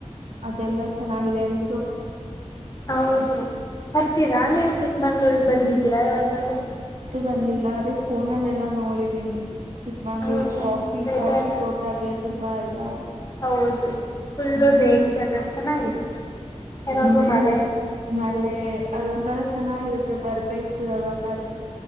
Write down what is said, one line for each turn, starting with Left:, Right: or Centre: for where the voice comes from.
Right: ಅದೆಲ್ಲ ಚೆನ್ನಾಗಿದೆ ಅರು
Left: ಹೌದು ಬರ್ತೀರಾ ನೀವು ಚಿಕ್ಕಮಂಗ್ಳೂರ್ಗ್ ಬಂದಿದ್ದೀರಾ ಇವತ್ತವು
Right: ಬಂದಲಿಲ್ಲ ಅದೇ ಫೋನಲ್ಲ ಎಲ್ಲಾ ನೋಡಿದೀನಿ ಚಿಕ್ಕಮಂಗ್ಳೂರ್
Left: ಹ
Right: ಕಾಫಿ
Left: ವೆದರ್
Right: ಕಾಫಿ ತೋಟಗ್್ಲ್ಲ ತುಂಬಾ ಅಲ್ವಾ
Left: ಹೌದು ಫುಲ್ಲು
Right: ಹ್ಮ
Left: ನೇಚರ್ ಚೆನ್ನಾಗಿರುತ್ತೆ ಯಾವಾಗೂ
Right: ಹ್ಮ್
Left: ಮಳೆ
Right: ನಳೆ ಅದೊಥರ ಚೆನ್ನಾಗಿರುತ್ತೆ ಬರ್ಬೇಕು ಯಾವಾಗಾದೆ